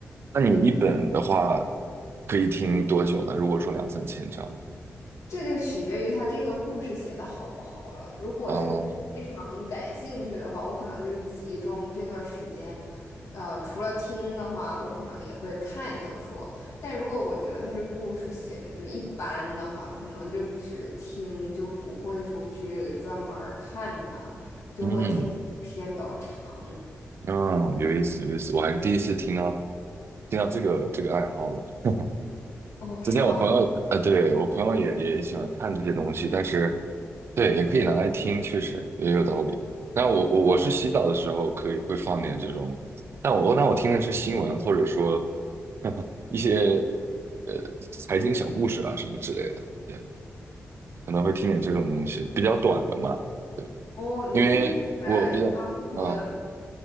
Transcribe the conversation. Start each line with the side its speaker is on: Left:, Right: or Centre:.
Right: 那你一本的话，可以听多久呢？如果说两三千章，
Left: 这就取决于他这个故事写的好不好了。如果是我非常感兴趣的话，
Right: 哦
Left: 我可能就是集中这段时间，呃，除了听的话，我可能也会看小说。但如果我觉得他这故事写的就一般的话，可能就只听，就不会说去专门儿看它，就会停时间比较长。
Right: 嗯，哦，有意思，有意思，我还是第一次听到听到这个这个爱好呢。
Left: 哦，是吗？
Right: 之前我朋友，呃，对，我朋友也也喜欢看这些东西，但是，对，也可以拿来听，确实也有道理。那我我我是洗澡的时候可以会放点这种，但我那我听的是新闻，或者说 <laughs> 一些呃财经小故事啊什么之类的，对，可能会听点这种东西，比较短的嘛，对，
Left: 哦，你是学商科的吗？
Right: 因为我比较，啊。